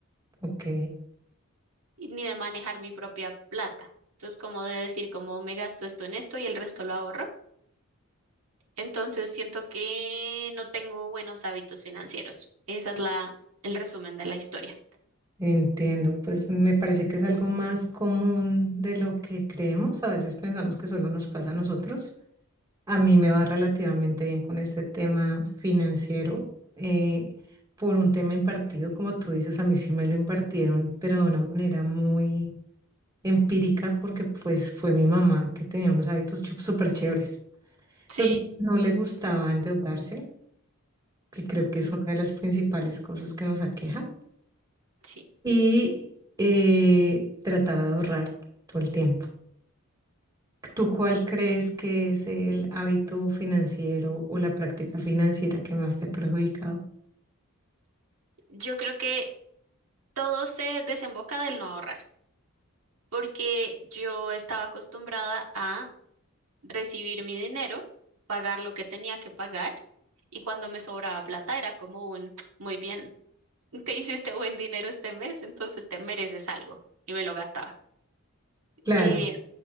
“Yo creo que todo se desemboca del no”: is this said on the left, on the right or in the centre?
Right